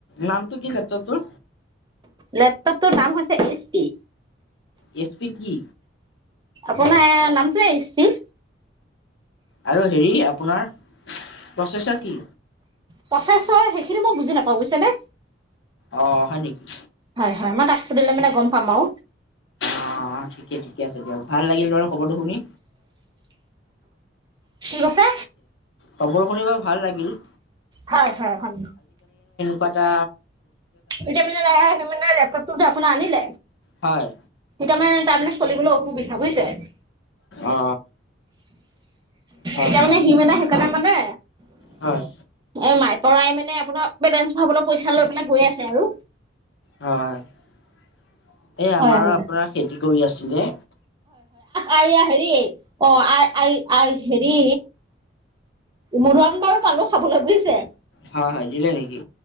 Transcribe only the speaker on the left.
নামটো কি লেপটপ তোৰ?
এছপিড কি?
আৰু হেৰি আপোনাৰ প্ৰচেছৰ কি?
অ' হয় নেকি।
অ' অ' ঠিকে ঠিকে আছে দিয়ক ভাল লাগিল বাৰ খবৰটো শুনি।
কবৰ শুনিব ভাল লাগিল।
পাদা
হয়
অ হয়
হয়
হয়
হয় এ
আমাৰো
আপোনাৰ খেতি কৰি আছিলে।
হয় হয় দিলে নেকি?